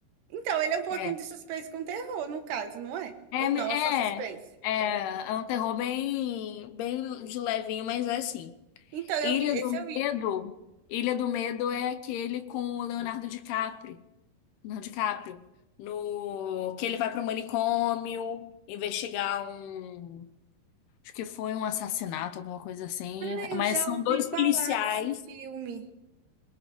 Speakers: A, on the right; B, on the left.
A: então, ele é um pouquinho
B: É.
A: de suspense com terror, no caso, não é?
B: É,
A: Ou não, é só suspense.
B: é, é, é um terror bem, bem de levinho, mas é assim.
A: Então, eu
B: Ilha
A: vi, esse
B: do
A: eu vi.
B: Medo, Ilha do Medo é aquele com o Leonardo DiCaprio, Leonardo DiCaprio, no que ele vai para o manicômio investigar um, acho que foi um assassinato, alguma coisa assim,
A: Ah, eu
B: mas
A: já
B: são
A: ouvi
B: dois policiais.
A: falar desse filme.